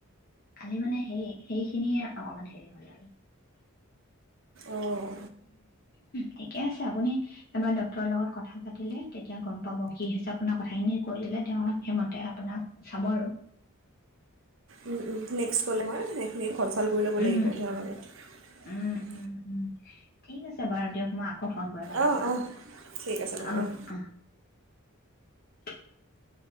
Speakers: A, on the left (about 45°); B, on the right (about 60°).
A: খালি মানে হেই সেইখিনিয়ে অকমান হেৰি হ'ল আৰু।
B: অঁ
A: ঠিকে আছে আপুনি এবাৰ ডক্তৰৰ লগত কথা পাতিলে তেতিয়া গম পাব। কি হৈছে আপোনাক কথাখিনি কৈ দিলে তেওঁ সেইমতে আপোনাক চাব আৰু।
B: উম উম, নেক্সট ক'লে মই সেইখিনি কনচাল্ট কৰি ল'ব
A: উম
B: লাগিব তেওঁৰ
A: উম
B: লগত।
A: উম উম উম। ঠিক আছে বাৰু দিয়ক মই আ আকৌ ফোন কৰিম আপোনাক।
B: অঁ অঁ ঠিক আছে বাৰু
A: অহ
B: অঁ
A: অহ <inaudible>